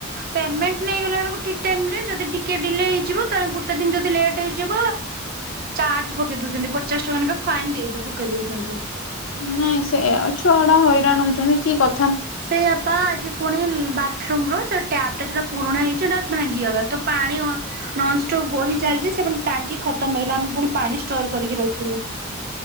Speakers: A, on the right; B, on the left.
A: ପେମେଣ୍ଟ ନେଇଗଲା ବେଳକୁ ଠିକ୍ ଟାଇମ ରେ ଯଦି ଟିକେ ଡିଲେ ହେଇଯିବ, ତା ଗୋଟେ ଦିନ ଯଦି ଲେଟ୍ ହେଇଯିବ ଚାର୍ଜ ପକେଇ ଦୋଉଛନ୍ତି। ପ ପଚାଶ ଟଙ୍କା ନେଖା ଫାଇନ୍ ଦେଇ ପକେଇଦଉଛନ୍ତି।
B: ନାଇଁ ସେୟା ଛୁଆଗୁଡା ହଇରାଣ ହଉଛନ୍ତି କି କ
A: ସେଇଆପା ଆଜି ପୁଣି ବାଥରୁମ୍ ର ସେ ଟ୍ୟାପ ଟା ଯଉଟା ପୁରୁଣା ହେଇଛି, ହେଟା ଭାଙ୍ଗିଗଲା ତ ପାଣି ନନଷ୍ଟପ୍ ବୋହି ଚାଲିଛି ସେପଟେ ଟାଙ୍କି ଖତମ୍ ହେଇଗଲା। ଆମେ ପୁଣି ପାଣି ଷ୍ଟୋର କରିକି ର ଖିଲୁ।